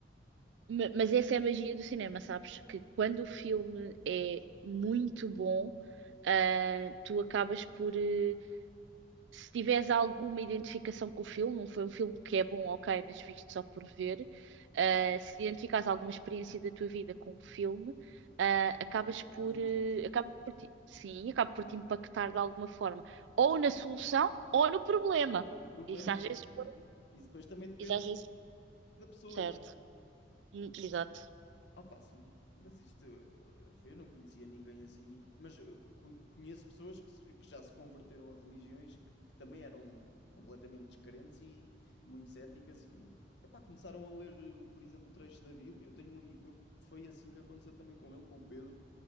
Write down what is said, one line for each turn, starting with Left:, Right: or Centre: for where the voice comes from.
Right: Ma- Mas essa é a magia do cinema, sabes? Que quando o filme é muito bom, ah,
Left: Sim.
Right: tu acabas por eh, se tiveres alguma identificação com o filme, não foi um filme que é bom, ok, mas visto só por ver,
Left: Uhum.
Right: ah,
Left: De
Right: se identificares alguma experiência da tua vida com o filme, ah, acabas
Left: forma mais
Right: por,
Left: intensa.
Right: eh, acaba por ti- sim, acaba por te impactar de alguma forma, ou
Left: Claro.
Right: na solução, ou no problema.
Left: Olha o problema,
Right: Isso às
Left: sim,
Right: vezes,
Left: sim,
Right: pode-
Left: sim. Isso depois também depende
Right: isso às vezes,
Left: da pessoa,
Right: certo,
Left: né?
Right: Hum, exato.
Left: Ah, pá, sim. Mas isto, eh, eu não conhecia ninguém assim, mas eh, co- conheço pessoas que, se- que já se converteram a religiões que, que também eram completamente descrentes e muito céticas e, epá, começaram a ler, eh, por exemplo, trechos da Bíblia. Eu tenho um amigo meu que foi assim que aconteceu também com ele, com o Pedro.